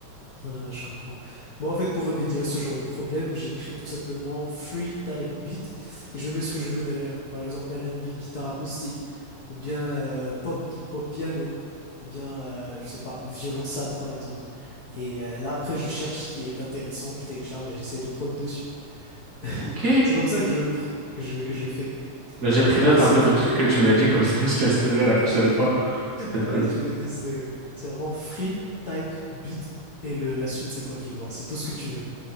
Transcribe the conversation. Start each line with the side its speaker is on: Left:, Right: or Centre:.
Left: ah, je comprends. Moi, en fait, pour remédier à ce genre de problème, j'écris tout simplement free type beat et je mets ce que je veux derrière. Par exemple, R&B, guitare acoustique, ou bien euh, pop, gui- pop piano, ou bien, euh, je sais pas, violon sad par exemple. Et euh, là, après, je cherche ce qui est intéressant, je télécharge et j'essaie de prod dessus.
Right: Ok.
Left: <laughs> C'est comme ça que je, pr- que je, que je fais.
Right: ben j'ai pris
Left: Genre,
Right: note
Left: c'est
Right: un peu
Left: vrai.
Right: du truc que tu m'as dit, comme ça <laughs> je testerai la prochaine fois. Ça peut être
Left: Ouais,
Right: cool.
Left: tu peux tester. oui. C'est vraiment free, type, beat, et le, la suite, c'est toi qui vois. C'est tout ce que tu veux.